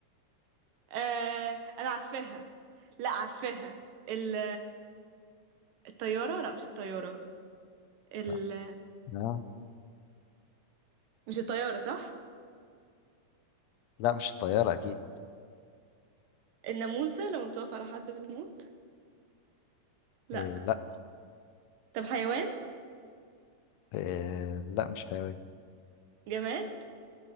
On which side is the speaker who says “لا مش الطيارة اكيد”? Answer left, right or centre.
Left